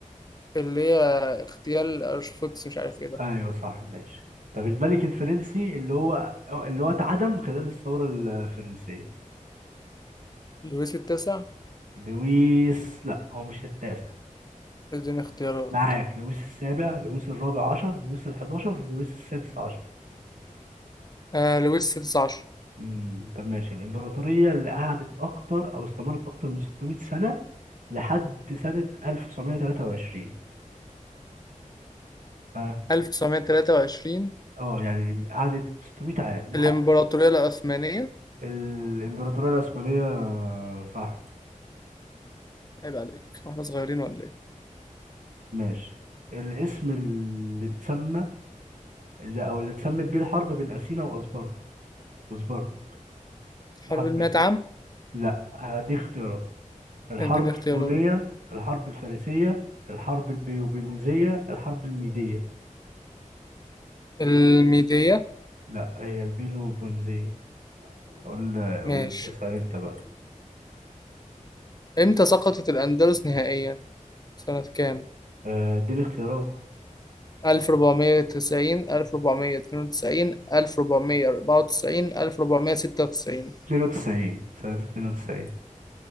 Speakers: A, on the left; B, on the right.
A: اللي هي اغتيال أرشفوكس مش عارف ايه ده
B: ايوه صح ماشي طب الملك الفرنسي اللي هو اللي هو اتعدم خلال الثوره الفرنسيه
A: لويس التاسع
B: لويس لا هو مش التاسع
A: اديني اختيارات
B: معاك لويس السابع لويس الرابع عشر لويس الحداشر لويس السادس عشر
A: آه لويس السادس عشر
B: امم طب ماشي الإمبراطورية اللي قعدت أكتر أو استمرت أكتر من 600 سنة لحد سنة 1923 ها
A: 1923
B: اه اه يعني قعدت 600 عام لحد
A: الإمبراطورية العثمانية
B: الإمبراطورية العثمانية آه، صح
A: عيب عليك واحنا صغيرين ولا ايه
B: ماشي الاسم اللي بتسمى اللي أو اللي اتسمت بيه الحرب بين أثينا وأسباردا وأسباردا
A: حرب
B: حرب
A: المئة
B: إيه؟
A: عام
B: لا هديك اختيارات الحرب
A: اديني اختيارات
B: البونية الحرب الفارسية الحرب البيوبينيزية الحرب الميدية
A: الميدية
B: لا هي البيلوبونيزية قول قول
A: ماشي
B: اسأل انت بقى
A: إمتى سقطت الأندلس نهائيا؟ سنة كام؟
B: آه، اديني اختيارات
A: 1490 1492 1494 1496
B: 92 سنة 92